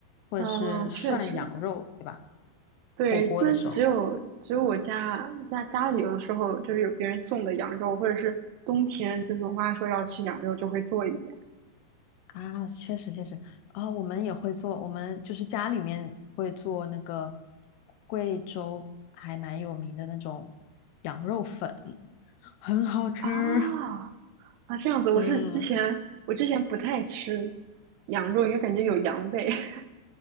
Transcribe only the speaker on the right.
啊、确实，
对，
这边只有只有我家家家里有的时候就是有别人送的羊肉，或者是冬天就是我妈说要吃羊肉就会做一点。
啊
啊，这样子，我是之前我之前不太吃
羊肉，因为感觉有羊味。<laughs>